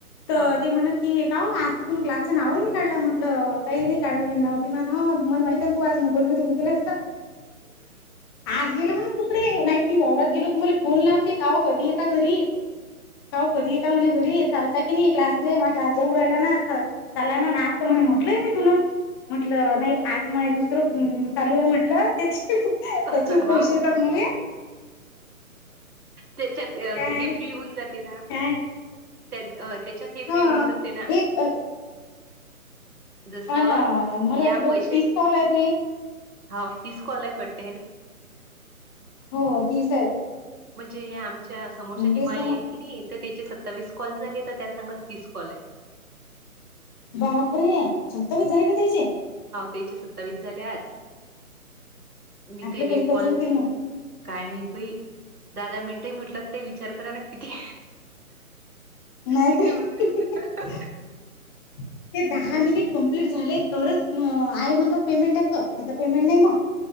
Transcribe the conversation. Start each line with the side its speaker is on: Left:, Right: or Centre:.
Left: तर
Right: हा.
Left: ती म्हण की का ओ आज तुम्ही क्लासच नावही नाही काढलंला म्हटलं काही नाही काढलं मी नाव म हा मला माहित ना तू आज मोबाईल मध्ये गुतलेली असत आज गेल म्हण कुकडे नाहीत मी वावरात गेलो तुम्हाला फोन लावते काओ कधी यता घरी काओ कधी येता म्हणे घरी चालता की नाही क्लासला मग क्लास जाऊ राहिला ना चालाय ना आज तर म्हणे म्हटलंय नाही तुनं म्हटलं नाही आज म दुसरं चालू आहे म्हटलं त्या त्याचे
Right: हाव
Left: पैसे येतात
Right: ना.
Left: मले
Right: त्याच्यात
Left: काय
Right: हे फ्री होऊन जाते
Left: काय
Right: त्याच्यात हे फ्री
Left: हा.
Right: होऊन जाते ना
Left: हे अ,
Right: जस
Left: अन मला वाटतं
Right: या
Left: बहुतेक
Right: पैसे
Left: तीस कॉल आहे ते
Right: हा तीस कॉल आहेत वाटत
Left: हो तीस आहेत
Right: म्हणजे हे आमच्या समोरच्या निमाई
Left: तेच ना मग
Right: आहेत की नाही तर त्याची सत्तावीस कॉल झाले, तर त्या सांगत तीस कॉल आहे.
Left: बापरे! सत्तावीस झाले का त्यांचे?
Right: तेचे सत्तावीस झाल्यात. मी
Left: आपले
Right: तेले
Left: कधी कधी
Right: कॉल!
Left: होतील मग
Right: काय माहित बई दहा- दहा मिनटही म्हटलत ते विचार कराय ना किती,
Left: नाहीत
Right: किती होऊन राहिले.
Left: ते दहा
Right: म्हणजे
Left: मिनिट कंप्लीट झाले तरच म आहे म्हणत पेमेंट याचं नाही तर पेमेंट नाही मग